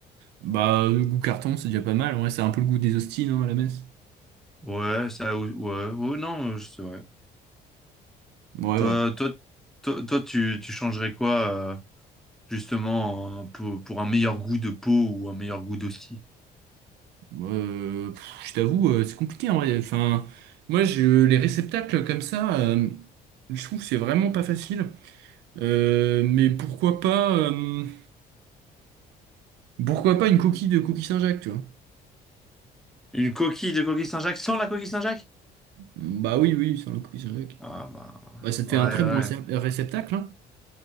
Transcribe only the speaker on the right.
bah, le goût carton, c'est déjà pas mal. Ouais, c'est un peu le goût des hosties, non, à la messe.
Ouais,
ouais.
Euh, pff, je t'avoue, euh, c'est compliqué, en vrai. Enfin, moi, je, les réceptacles comme ça, euh, je trouve que c'est vraiment pas facile. Euh, mais pourquoi pas, euh, pourquoi pas une coquille de coquille Saint-Jacques, tu vois?
Bah oui, oui, sur le coup, c'est vrai que-
Bah, ça te
fait un très
bon récep- réceptacle, hein.